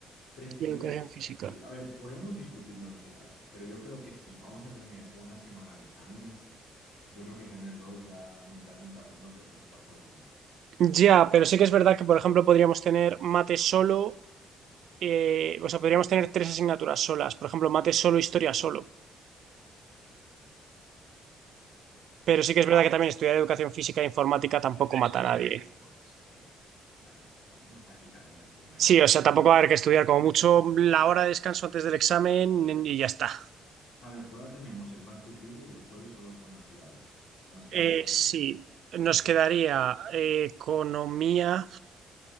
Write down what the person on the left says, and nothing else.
Prefiero,
prefiero-
a ver, podemos discutirlo en clase, pero yo creo que si vamos a tener una semana de exámenes, yo creo que tener dos ya mentalmente hablando creo que nos va a joder mucho.
Ah,
pero
es que
es lo
que
te digo, es que las hacemos y nos la quitamos de encima y
punto.
A ver, por ahora tenemos el martes libre y el jueves solo con naturales. Nos queda
francés,